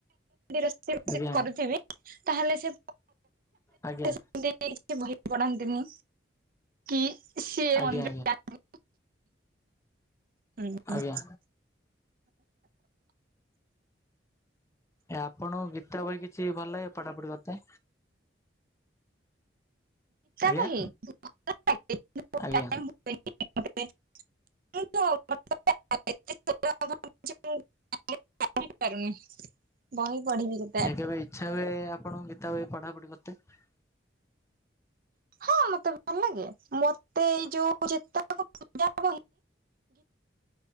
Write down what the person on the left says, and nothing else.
ଆଜ୍ଞା
ଆଜ୍ଞା
ଆଜ୍ଞା
ଆଜ୍ଞା ଏ ଆପଣଙ୍କୁ ଗୀତ ବହି କିଛି ଭଲେ ପଢାପୁଢି କରିତେ। ଆଜ୍ଞା।
ଆଜ୍ଞା
ଏ କେବେ ଇଚ୍ଛା ହୁଏ ଆପଣଙ୍କୁ ଗୀତା ହୁଏ ପଢାପଢି କରିତେ।